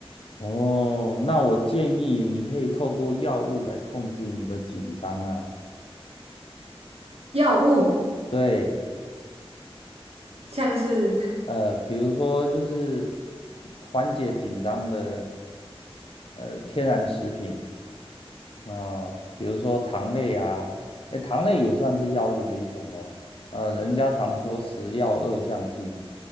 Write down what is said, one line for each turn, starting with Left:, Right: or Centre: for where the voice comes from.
Left: 哦，那我建议你可以透过药物来控制你的紧张啊。
Right: 药物
Left: 对。
Right: 像是 <laughs>
Left: 呃，比如说就是缓解紧张的呃天然食品，嗯、比如说糖类啊，哎，糖类也算是药物的一种哦。呃，人家常说食药二相性，